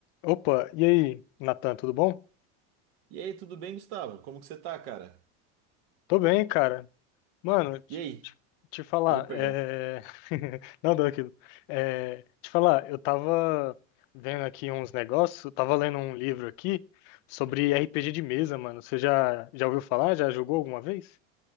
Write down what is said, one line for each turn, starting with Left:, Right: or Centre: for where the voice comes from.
Left: Opa, e aí, Natan, tudo bom?
Right: E aí, tudo bem, Gustavo? Como que você tá, cara?
Left: Tô bem, cara. Mano, te,
Right: E aí?
Left: te- te falar,
Right: Ou, perdão.
Left: é... <laughs> Não, deu aquilo. É, Te falar, eu tava vendo aqui uns negócios, eu tava lendo um livro aqui sobre RPG de mesa, mano. Você já, já ouviu falar? Já jogou alguma vez?